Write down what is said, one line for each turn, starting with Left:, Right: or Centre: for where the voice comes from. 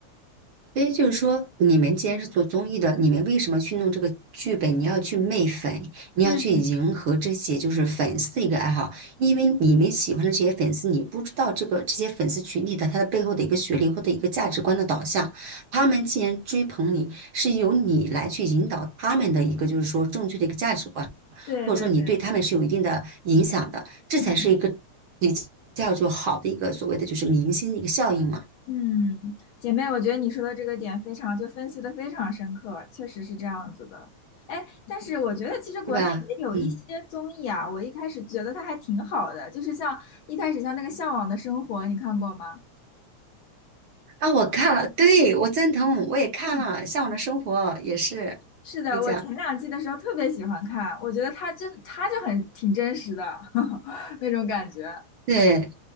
Right: 所以就是说，你们既然是做综艺的，你们为什么去弄这个剧本？你要去媚粉，你要去迎合这些就是粉丝的一个爱好，
Left: 嗯。
Right: 因为你们喜欢的这些粉丝，你不知道这个这些粉丝群体的他的背后的一个学历或者一个价值观的导向，他们既然追捧你，是由你来去引导他们的一个就是说正确的一个价值观，
Left: 对对对，
Right: 或者说你对他们是有一定的影响的，这才是一个比较就好的一个所谓的就是明星的一个效应嘛，
Left: 嗯嗯，姐妹，我觉得你说的这个点非常，就分析的非常深刻，确实是这样子的。哎，但是我觉得其实国内也有一些综艺啊，
Right: 对吧？嗯。
Left: 我一开始觉得它还挺好的，就是像一开始像那个《向往的生活》，你看过吗？
Right: 啊，我看了，对，我赞同，我也看了《向往的生活》，
Left: 嗯嗯
Right: 也是，
Left: 是的，
Right: 你讲，
Left: 我前两季的时候特别喜欢看，我觉得它真，它就很挺真实的 <laughs> 那种感觉。
Right: 对。